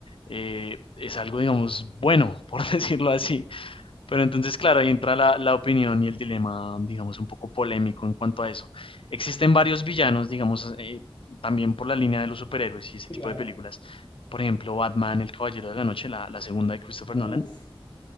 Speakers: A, on the left (about 70°); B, on the left (about 50°).
A: eh, es algo, digamos, bueno, por <laughs> decirlo así. Pero entonces, claro, ahí entra la, la opinión y el dilema, digamos, un poco polémico en cuanto a eso. Existen varios villanos, digamos, eh, también por la línea de los superhéroes y ese
B: sí,
A: tipo
B: claro.
A: de películas. Por ejemplo, Batman, El Caballero de la Noche, la, la segunda de Christopher
B: Uf,
A: Nolan